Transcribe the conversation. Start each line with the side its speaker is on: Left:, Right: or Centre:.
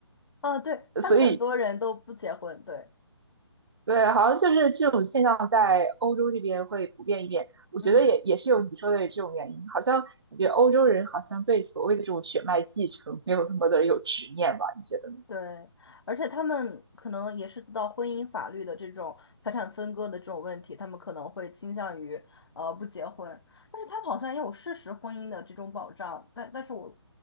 Left: 啊，对，他们很多人都不结婚，
Right: 所以
Left: 对，
Right: 对，好像就是这种现象在欧洲这边会普遍一点。我觉得也也是有你说的这种原因，
Left: 嗯
Right: 好像我觉得欧洲人好像对所谓的这种血脉继承没有那么的有执念吧？你觉得呢？
Left: 对，而且他们可能也是知道婚姻法律的这种财产分割的这种问题，他们可能会倾向于呃不结婚，但是他们好像也有事实婚姻的这种保障，但但是我